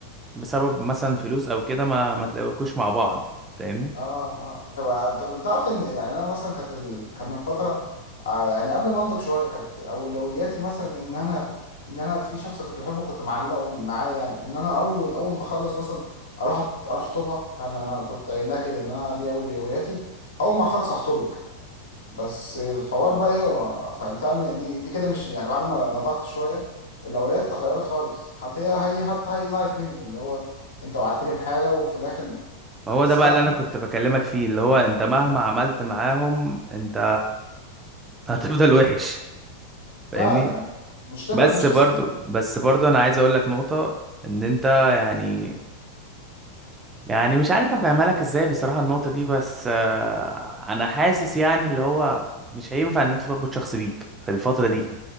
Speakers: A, on the right; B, on the left.
A: بسبب مثلا فلوس او كده ما ما تلاقوكوش مع بعض فاهمني
B: اه اه طب طب انت تعرف ان يعني انا مثلا كانت ال... كان من فتره آه يعني قبل ما انضج شويه كانت اولوياتي مثلا ان انا ان انا في شخص كنت بحبه كنت معلقه معاه يعني ان انا اول اول ما اخلص مثلا اروح أت- اروح اخطبها يعني انا كنت قايلها كده ان انا دي اولوياتي اول ما اخلص هخطبك بس الحوار بقى ايه فانت ان دي, دي كده مش يعني بعد ما نضجت شويه الاولويات اتغيرت خالص حتى هي هي حتى هي زعلت مني اللي هو انت وعدتني بحاجه وفي الاخر
A: ما هو
B: بس
A: ده بقى
B: لا
A: اللي انا كنت بكلمك فيه اللي هو انت مهما عملت معاهم انت هتفضل وحش
B: فعلا
A: فاهمني
B: مش تفضل
A: بس
B: مش
A: برضو
B: قصه
A: بس برضو انا عايز اقول لك نقطة ان انت يعني يعني مش عارف افهمها لك ازاي بصراحة النقطة دي بس آه، انا حاسس يعني اللي هو مش هينفع ان انت تربط شخص بيك في الفترة دي